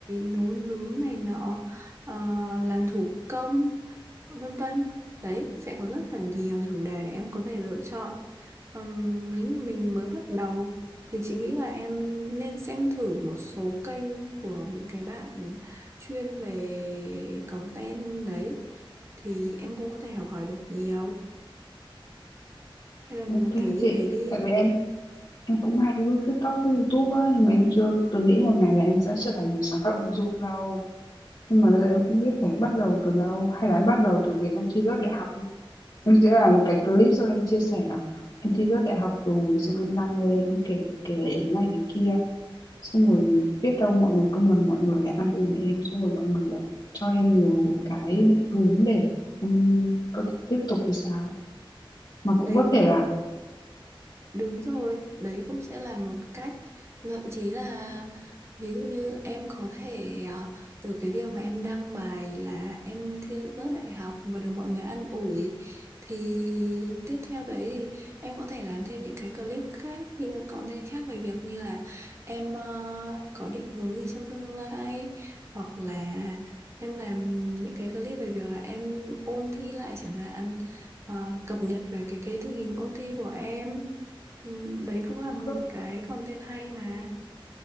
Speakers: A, on the right; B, on the left.
A: nấu nướng này nọ ờ, làm thủ công vân vân đấy sẽ có rất là nhiều chủ đề để em có thể lựa chọn Ừm, nếu như mình mới bắt đầu thì chị nghĩ là em nên xem thử một số kênh của những cái bạn chuyên về content đấy thì em cũng có thể học hỏi được nhiều hay là mình
B: ok
A: làm thử như
B: chị
A: thế đi
B: tại vì em em cũng hay lướt TikTok với YouTube á nhưng mà em chưa từng nghĩ một ngày là em sẽ trở thành người sáng tạo nội dung đâu nhưng mà bây giờ em không biết phải bắt đầu từ đâu hay là em bắt đầu từ việc em thi rớt đại học nhá. em sẽ làm một cái clip xong em chia sẻ là em thi rớt đại học rồi xong em đăng lên em kể kể lể thế này thế kia xong rồi biết đâu mọi người comment mọi người lại ăn uổi em xong rồi mọi người lại cho em nhiều cái định hướng để em có thể tiếp tục thì sao mà cũng
A: đây
B: có thể là
A: Đúng rồi, đấy cũng sẽ là một cách thậm chí là ví dụ như em có thể ờ, từ cái việc mà em đăng bài là em thi rớt đại học và được mọi người an ủi thì tiếp theo đấy thì em có thể làm thêm những cái clip khác những cái content khác về việc như là em ờ, có định hướng gì trong tương lai hoặc là em làm những cái clip về việc là em ôn thi lại chẳng hạn Ờ, cập nhật về cái cái tình hình ôn thi của em Ừ, đấy cũng là một
B: có,
A: cái content hay mà